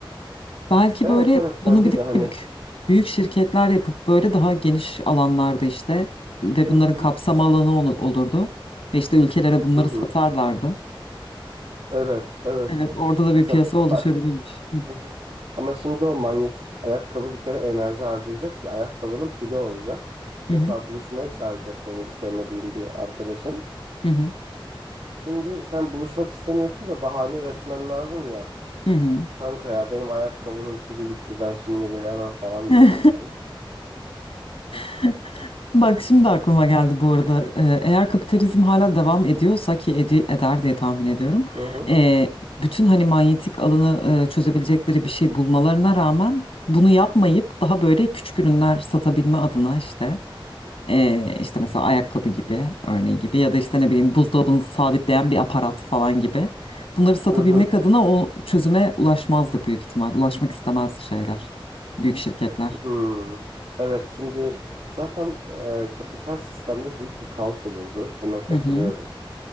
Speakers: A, on the left; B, on the right.
A: Belki
B: Evet
A: böyle
B: evet bence
A: bunu bir de
B: de hani
A: büyük, büyük şirketler yapıp böyle daha geniş alanlarda işte ve
B: Hı
A: bunların
B: hı.
A: kapsam alanı ol- olurdu. Ve işte ülkelere bunları
B: Hı hı.
A: satarlardı.
B: evet evet
A: Evet orada da
B: mesela
A: bir piyasa oluşabilirmiş.
B: a-
A: Hı
B: Hı hı. ama şimdi o manyetik ayakkabı bir kere enerji harcayacak ki ayakkabının pili olacak.
A: hı
B: Mesela buluşmaya çağıracak seni sevmediğin bir arkadaşın.
A: hı hı.
B: Şimdi sen buluşmak istemiyorsun da bahane üretmen lazım ya.
A: hı
B: Kanka ya benim ayakkabının pili bitti ben şimdi gelemem falan
A: hı.
B: diyeceksin.
A: <laughs> <laughs> Bak şimdi aklıma geldi bu arada. Ee, Eğer kapitalizm hala devam ediyorsa ki edi- eder diye tahmin ediyorum.
B: Hı hı.
A: ee, bütün hani manyetik alanı e, çözebilecekleri bir şey bulmalarına rağmen bunu yapmayıp daha böyle küçük ürünler satabilme adına işte ee, işte mesela ayakkabı gibi örneği gibi ya da işte ne bileyim buzdolabını sabitleyen bir aparat falan gibi bunları satabilmek
B: Hı hı.
A: adına o çözüme ulaşmazdı büyük ihtimal. Ulaşmak istemezdi şeyler. Büyük şirketler.
B: hı. Evet şimdi zaten e, kapital sistemde büyük bir kaos olurdu. Buna katılıyorum.
A: Hı hı.